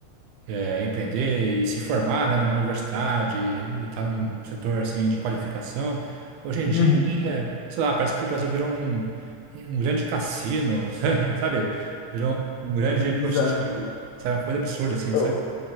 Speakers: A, on the right; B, on the left.
A: é, empreender e se formar, né, numa universidade, e estar num setor assim de qualificação. Hoje em
B: Uhum.
A: dia, é, sei lá, parece que o Brasil virou um, um grande cassino, <laughs> sabe? Virou um grande
B: É bizarro.
A: prostíbulo, sabe? Uma coisa absurda assim,
B: Eu,
A: sabe?